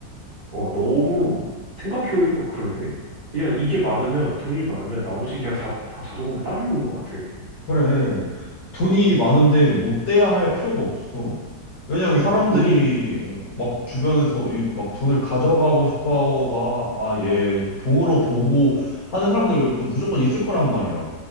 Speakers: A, on the right (about 30°); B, on the left (about 75°).
A: 어, 너무 생각해보니까 그러네. 그냥 이게 많으면 돈이 많으면 나머지는 그냥 다, 다 자동으로 딸려오는 것 같아.
B: 그래. 돈이 많은데 못 돼야 할 필요가 없어. 왜냐면
A: 그러니까
B: 사람들이
A: 돈이
B: 막 주변에서 이 막 돈을 가져가고 싶어 하고 막, 아, 얘 봉으로 보고 하는 사람들도 무조건 있을 거란 말이야.